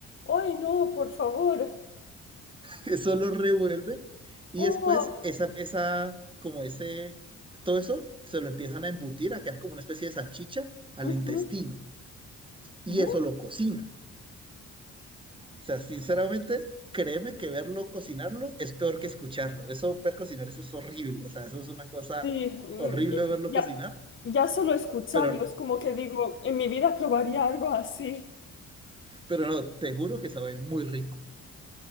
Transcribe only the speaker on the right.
Eso lo revuelve y
después esa, esa, como ese, todo eso se lo empiezan a embutir, a quedar como una especie de salchicha al
intestino y
eso lo cocina. O sea, sinceramente, créeme que verlo cocinarlo es peor que escucharlo. Eso, ver cocinar, eso es horrible. O sea, eso es una cosa
horrible
verlo
cocinar,
pero,
pero no, te juro que sabe muy rico.